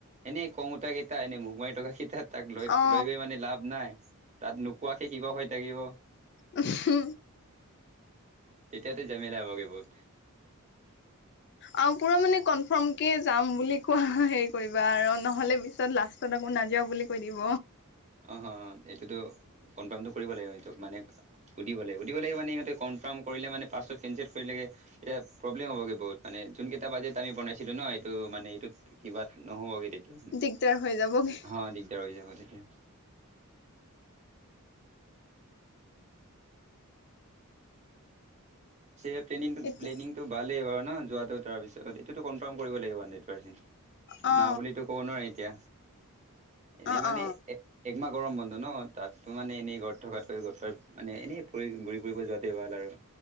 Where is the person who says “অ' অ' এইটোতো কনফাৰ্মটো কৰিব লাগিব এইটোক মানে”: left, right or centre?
Right